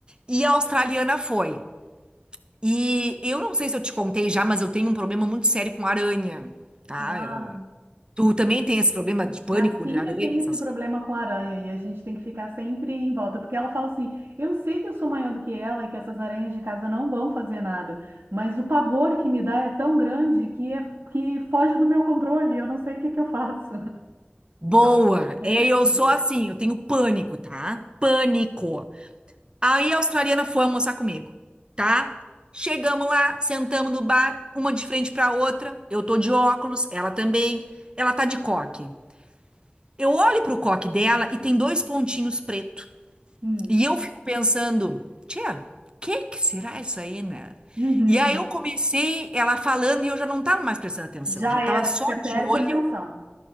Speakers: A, on the right; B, on the right.
A: E a australiana foi. E eu não sei se eu te contei já, mas eu tenho um problema muito sério com aranha, tá?
B: Ah.
A: Eu- tu também tem esse problema de pânico
B: Minha filha
A: de aranha,
B: tem
A: essas
B: esse problema
A: coisas?
B: com aranha e a gente tem que ficar sempre em volta, porque ela fala assim: eu sei que eu sou maior do que ela e que essas aranhas de casa não vão fazer nada, mas o pavor que me dá é tão grande que, é, que foge do meu controle, eu não sei o que que eu faço. <laughs>
A: Boa,
B: Então, vai
A: é,
B: ter
A: eu
B: comigo.
A: sou assim, eu tenho pânico, tá? Pânico. Aí a australiana foi almoçar comigo, tá? Chegamos lá, sentamos no bar, uma de frente pra outra. Eu tô de óculos, ela também. Ela tá de coque. Eu olho pro coque dela e tem dois pontinhos preto.
B: Hum.
A: E eu fico pensando, tia, que que será isso aí, né?
B: Uhum.
A: E aí eu comecei ela falando e eu já não tava mais prestando atenção,
B: Já
A: eu já tava
B: era,
A: só
B: você perde
A: de olho,
B: a atenção.